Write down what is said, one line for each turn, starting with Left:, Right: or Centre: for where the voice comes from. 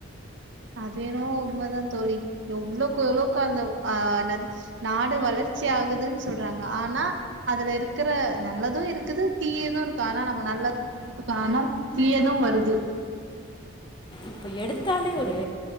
Right: அது என்னவோ உண்மதா தோழி எவ்ளோக்கு எவ்ளோக்கு அந்த ஆ என்னாது நாடு வளர்ச்சி ஆகுதுனு சொல்றாங்க ஆனா அதுல இருக்குற நல்லது இருக்குது தீயது இருக்கு ஆனா நம்ப நல்ல புக்கு ஆனா தீயதோ வருது
Left: இப்ப எடுத்தாலே ஒரு